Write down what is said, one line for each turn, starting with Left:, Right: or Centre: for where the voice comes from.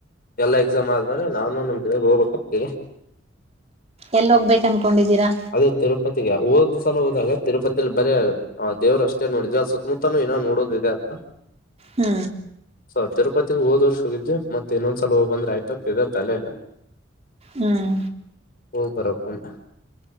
Left: ಎಲ್ಲಾ ಎಕ್ಸಾಮ್ ಆದ್ಮೇರ ನಾನು ನಮ್ಗೆ ಹೋಗ್ಬೇಕಕ್ತಿ
Right: ಎಲ್ಲಿ ಹೋಗ್ಬೇಕು ಅನ್ಕೊಂಡಿದ್ದೀರಾ
Left: ಅದೇ ತಿರುಪತಿಗೆ ಓದ್ ಸಲ ಹೋದಾಗ ತಿರುಪತಿಲಿ ಬರೇ ಹ ದೇವ್ರು ಅಷ್ಟ ನೋಡಿದ್ರ ಅ ಸುತ್ತಲ ಏನೋ ನೋಡೋದಿದೆ ಅಂತ
Right: ಹ್ಮ್
Left: ಸೊ ತಿರುಪತಿಗೆ ಹೋದ್ರ್ಷ ಹೋಗಿದ ಮತ್ತ ಇನ್ನೊಂದಸಲ ಹ ಬಂದ್ರೆಯತದ ತಲೆಲ್ಲ
Right: ಹ್ಮ್
Left: ಹೋಗ್ ಬರಪ್ಪಮ್ಮೆ